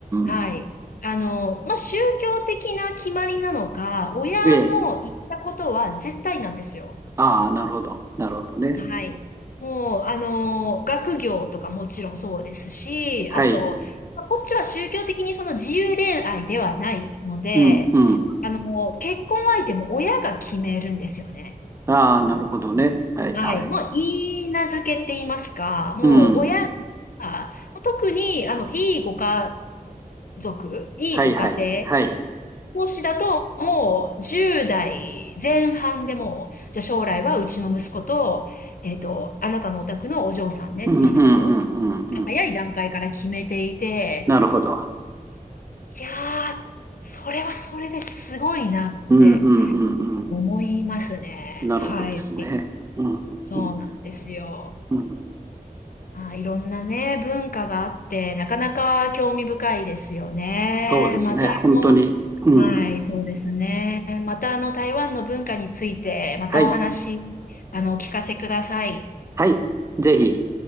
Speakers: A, on the left; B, on the right.
A: はい。
B: ん。
A: あの、まあ、宗教的な決まりなのか、親の言ったことは絶対なんですよ。
B: ええ。ああ、なるほど。なるほどね。
A: はい。もう、あの、学業とかもちろんそうですし、
B: はい。
A: あと、こっちは宗教的にその自由恋愛ではないので、
B: うん、うん。
A: あの、結婚相手も親が決めるんですよね。
B: ああ、なるほどね。はい、
A: はい。
B: はい。
A: もう、いいなずけって言いますか、もう、
B: うん。
A: 親が、特に、あの、いいご家族、いいご家庭
B: はい、はい。はい。
A: 投資だと、もう10代前半でもう、じゃあ将来はうちの息子と、えっと、あなたのお宅のお嬢さんねっていうふうにこ
B: うん、うん、うん、
A: う、
B: うん、うん。
A: 早い段階から決めていて、
B: なるほど。
A: いやー、それはそれですごいなって
B: うんうんうんうん。
A: 思いますね。
B: なるほどですね。
A: はい。
B: うんうん
A: そうなんですよ。
B: うんうん。
A: まあ、いろんなね、文化があって、なかなか興味深いですよね。
B: そうですね。
A: またあの、
B: 本当に。うん。
A: はい、そうですね。またあの、台湾の文化について、またお話、
B: はい。
A: あの、お聞かせください。
B: はい。ぜひ。